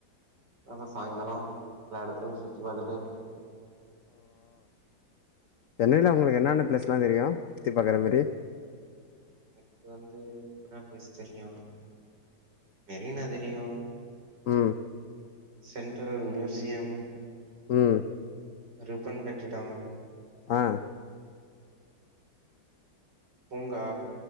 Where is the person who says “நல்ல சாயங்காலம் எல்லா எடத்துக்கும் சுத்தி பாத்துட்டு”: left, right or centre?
Right